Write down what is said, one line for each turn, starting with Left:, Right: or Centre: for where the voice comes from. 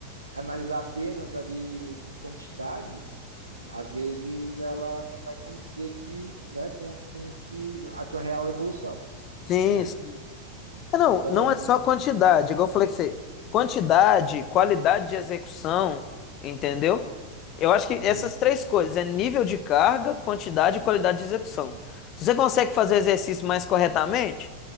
Right: analisar apenas ali quantidades, às vezes ela não vai condizer que, né, com, com que a tua real evolução,
Left: Sim,
Right: né?
Left: sim. É, Não,
Right: Então,
Left: não é só quantidade, igual eu falei que você, quantidade, qualidade de execução, entendeu? Eu acho que
Right: uhum,
Left: essas três coisas, é nível de carga, quantidade e qualidade de execução. Se você consegue fazer exercício mais corretamente,